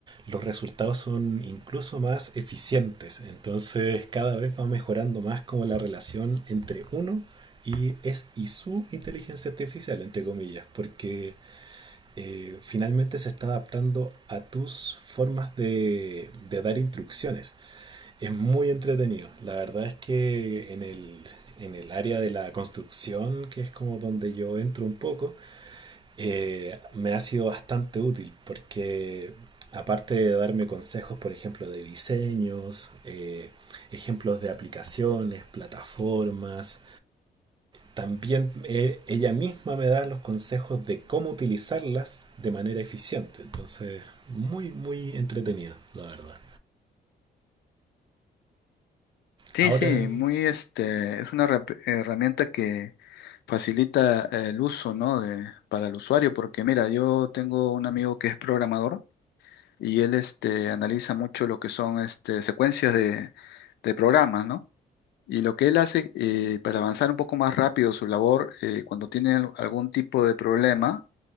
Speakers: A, on the right; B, on the left.
A: los resultados son incluso más eficientes. Entonces cada vez va mejorando más como la relación entre uno y es y su inteligencia artificial, entre comillas, porque eh, finalmente se está adaptando a tus formas de, de dar instrucciones. Es muy entretenido. La verdad es que en el, en el área de la construcción, que es como donde yo entro un poco, eh, me ha sido bastante útil porque aparte de darme consejos, por ejemplo, de diseños, eh, ejemplos de aplicaciones, plataformas, también eh, ella misma me da los consejos de cómo utilizarlas de manera eficiente. Entonces, muy, muy entretenido, la verdad.
B: Sí,
A: Ahora,
B: sí, muy este, es una rep- herramienta que facilita el uso, ¿no? de- para el usuario, porque mira, yo tengo un amigo que es programador y él este, analiza mucho lo que son este, secuencias de, de programas, ¿no? Y lo que él hace eh, para avanzar un poco más rápido su labor, eh, cuando tiene al- algún tipo de problema,